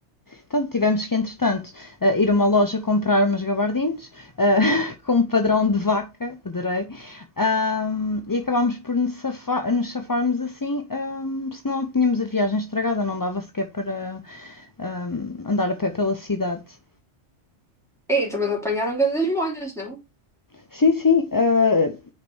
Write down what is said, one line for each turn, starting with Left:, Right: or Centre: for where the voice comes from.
Left: Então, tivemos que, entretanto, ah, ir a uma loja comprar umas gabardines ah, <laughs> com um padrão de vaca, adorei. Ahm, e acabámos por nos safar- nos safarmos assim, ahm, senão tínhamos a viagem estragada, não dava sequer para hum, andar a pé pela cidade.
Centre: Ei, também te apanharam grandes molhas, não? <gasps>
Left: Sim, sim. ah,